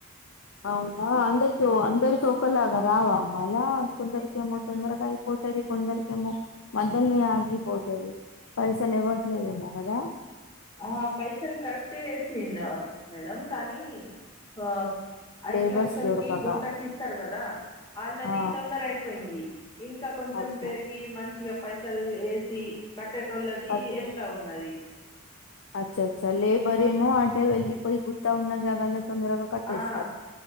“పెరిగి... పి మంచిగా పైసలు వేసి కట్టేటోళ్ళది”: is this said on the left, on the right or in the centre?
Left